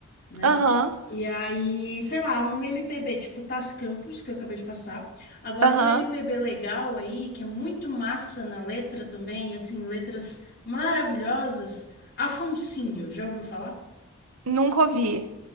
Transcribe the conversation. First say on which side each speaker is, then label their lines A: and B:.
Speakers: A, on the left; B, on the right.
A: né?
B: Aham,
A: E aí, sei lá, um MPB tipo Tás Campos, que eu acabei de passar. Agora
B: aham.
A: um MPB legal aí, que é muito massa na letra também, assim, letras maravilhosas. Afonsinho, já ouviu falar?
B: Nunca ouvi.